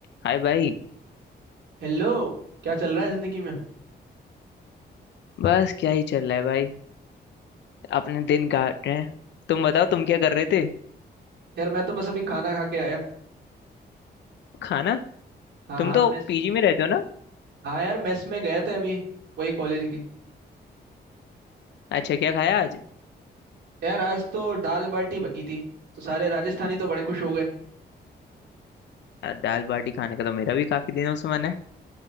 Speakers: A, on the left; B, on the right.
A: हाय भाई
B: Hello क्या चल रहा है जिंदगी में
A: बस क्या ही चल रहा है भाई अपने दिन काट रहे हैं तुम बताओ तुम क्या कर रहे थे
B: यार मैं तो बस अभी खाना खा के आया
A: खाना
B: हाँ
A: तुम
B: हाँ
A: तो
B: मेस
A: पीजी में रहते हो ना
B: हाँ यार मेस में गए थे अभी वही कॉलेज की
A: अच्छा क्या खाया आज
B: यार आज तो दाल बाटी बनी थी तो सारे राजस्थानी तो बड़े खुश हो गए
A: यार, दाल बाटी खाने का तो मेरा भी काफी दिनों से मन है